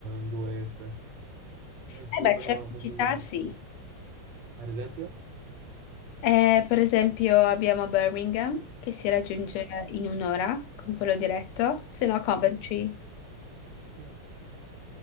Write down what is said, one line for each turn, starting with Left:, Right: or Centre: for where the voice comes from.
Right: eh, due orette. Mm,
Left: Eh
Right: oh,
Left: beh,
Right: no,
Left: certe
Right: no, ho fatto-
Left: città
Right: così.
Left: sì.
Right: ad esempio?
Left: Eh, per esempio abbiamo Birmingham, che si raggiunge in un'ora con quello diretto, se no Coventry
Right: Mm. Mm.